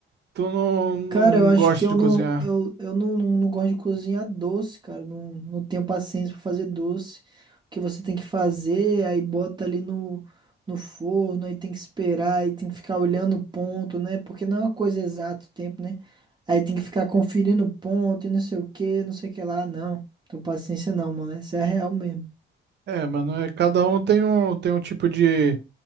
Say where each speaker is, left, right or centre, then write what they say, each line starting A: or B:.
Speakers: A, on the right; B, on the right.
A: tu não, não
B: Cara, eu acho
A: gosta
B: que eu
A: de cozinhar?
B: não, eu, eu não, não, não gosto de cozinhar doce, cara. Não, não tenho paciência pra fazer doce. O que você tem que fazer, aí bota ali no, no forno, aí tem que esperar, aí tem que ficar olhando o ponto, né? Porque não é uma coisa exata o tempo, né? Aí tem que ficar conferindo o ponto e não sei o que, não sei o que lá. Não, tenho paciência não, mano. Essa é a real mesmo.
A: É, mano, é, cada um tem um, tem um tipo de